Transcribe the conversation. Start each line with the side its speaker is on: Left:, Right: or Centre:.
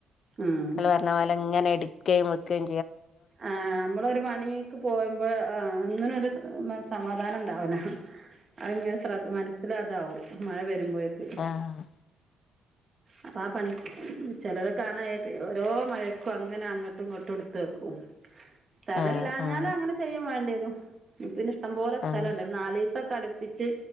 Right: ഉം
Left: ഇങ്ങള് പറഞ്ഞ പോലെ ഇങ്ങനെ ഇട്ക്കേം വെക്കേം
Right: ആഹ് അമ്മളൊരു പണീക്ക് പോവുമ്പോ ആഹ് ഒന്നിനും ഒരു മെ സമാധാനം ഇണ്ടാവൂല. അഹ്ങ്ങനെ ശ്രദ് മനസ്സിലതാവും. മഴ വരുമ്പോയേക്ക്
Left: ആഹ്
Right: അപ്പ ആ പണി ചെലരൊ കാണ ഈ ഓരോ മഴക്കും അങ്ങനെ അങ്ങട്ടും ഇങ്ങട്ടും ഇട്ത്ത് വെ ഉ സ്ഥലല്ലാഞ്ഞാല്
Left: ആഹ് ആഹ്
Right: അങ്ങനെ ചെയ്യും വാണ്ടിയേരും നിക്ക് പിന്നെ ഇഷ്ടം പോലെ സ്ഥലംണ്ടൽ
Left: അതെ
Right: നാലീസൊക്കെ അട്പ്പിച്ച്